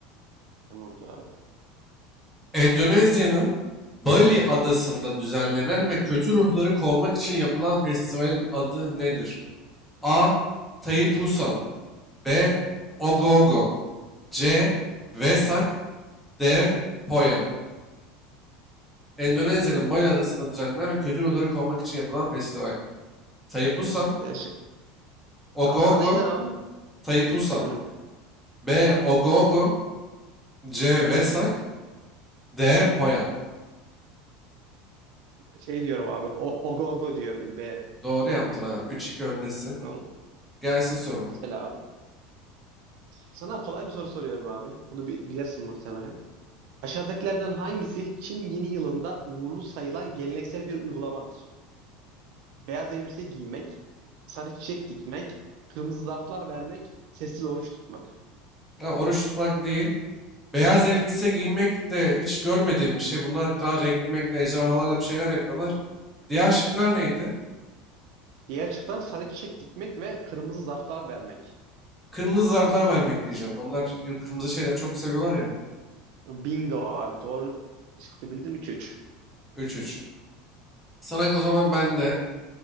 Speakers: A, on the right; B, in the centre.
A: Tamamdır abi.
B: Endonezya'nın Bali adasında düzenlenen ve kötü ruhları kovmak için yapılan festivalin adı nedir? A. Tai Pusam B. Ogogo C. Vesak D. Poya Endonezya'nın Bali Adası'nda düzenlenen ve kültür olarak korumak için yapılan festival. Taipusam,
A: E,
B: Ogogo,
A: Adana neydi abi?
B: Taipusam.
A: Hı.
B: B. Ogogo, C. Vesak, D. Poya.
A: Şey diyorum abi. O, ogo ogo diyorum B.
B: Doğru yaptın abi. üç iki öndesin.
A: Tamam.
B: Gelsin sorun.
A: Güzel abi. Sana kolay bir soru soruyorum abi. Bunu bi- bilirsin muhtemelen. Aşağıdakilerden hangisi Çin yeni yılında uğurlu sayılan geleneksel bir uygulamadır? Beyaz elbise giymek, sarı çiçek dikmek, kırmızı zarflar vermek, sessiz oruç tutmak.
B: Ya oruç tutmak değil. Beyaz elbise giymek de hiç görmediğim bir şey. Bunlar daha renkli renkli ejderhalarla bir şeyler yapıyorlar. Diğer şıklar neydi?
A: Diğer şıklar sarı çiçek dikmek ve kırmızı zarflar vermek.
B: Kırmızı zarflar vermek diyeceğim. Onlar kırmızı şeyler çok seviyorlar ya.
A: Bingo abi. Doğru şıkkı bildin 3-3.
B: Üç üç. Sana o zaman ben de